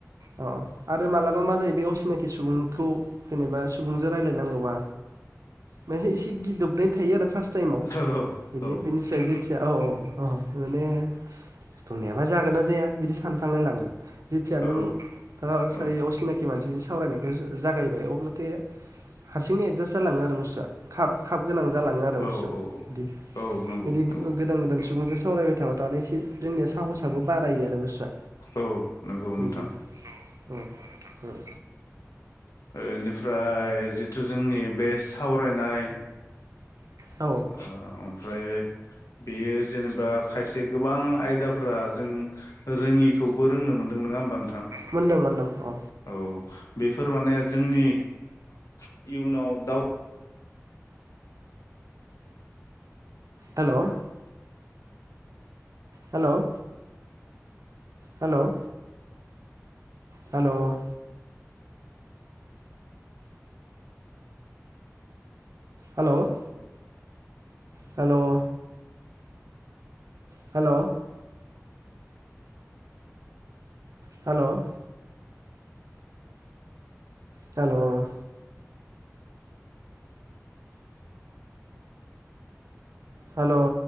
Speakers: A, on the right; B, on the left.
A: अ आरो मालाबा मा जायो बे असिनाखि सुबुंखौ जेनेबा सुबुंजों रायलायनांगौबा माने एसे गिदोबनाय थायो आरो फार्स टाइमाव
B: औ
A: बिदि
B: औ
A: बिनिफ्राय जेथिया अ अ माने बेबा जागोन ना जाया बिदि सान सानलायलाङो जेथिया नों
B: औ
A: आ
B: औ
A: असिनाखि मानसिजों सावरायनायखौ जागायो अब्लाथे हारसिंनो एदजास्ट जालाङो आरो बुस्थुआ खाफ- खाफ गोनां जालाङो आरो
B: औ
A: बुस्थुआ
B: औ
A: बिदि
B: औ नंगौ नंगौ
A: गोदान गोदान सुबुंजों सावरायबाय थाबा दानो एसे जोंनिआ सो साहसाबो बारायो आरो बुस्थुआ।
B: औ नंगौ
A: उम
B: नोंथां
A: नोंखौ नोंथां।
B: ओनिफ्राय जिथु जोंनि बे सावरायनाय
A: औ
B: आ आमफ्राय बेयो जेनेबा खायसे गोबां आयदाफोरा जों रोङिखौबो रोंनो मोनदों नङा होमबा थां
A: मोनदों मोनदों अ
B: औ। बेफोर माने जोंनि इयुनाव दाउ
A: हेल'? हेल'। हेल'। हेल'। हेल'? हेल'? हेल'? हेल'? हेल'? हेल'?